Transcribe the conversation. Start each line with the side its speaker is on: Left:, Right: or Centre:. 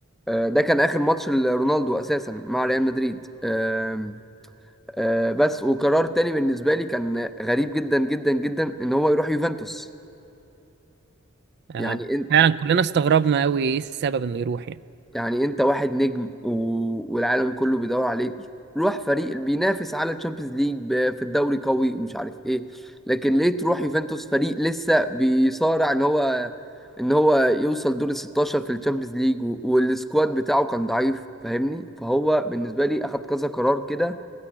Centre: آه، ده كان اخر ماتش لرونالدو اساسا مع ريال مدريد آم، آه، بس وقرار تاني بالنسبه لي كان غريب جدا جدا جدا ان هو يروح يوفنتوس
Right: اه
Centre: يعني
Right: فعلا كلنا استغربنا قوي ايه السبب انه يروح يعني
Centre: يعني انت واحد نجم و... والعالم كله بيدور عليك روح فريق بينافس على الشامبيونز ليج ب... في الدوري قوي ومش عارف ايه لكن ليه تروح يوفنتوس فريق لسه بيصارع ان هو ان هو يوصل دور ال 16 في الشامبيونز ليج و... والسكواد بتاعه كان ضعيف فاهمني فهو بالنسبة لي اخد كذا قرار كده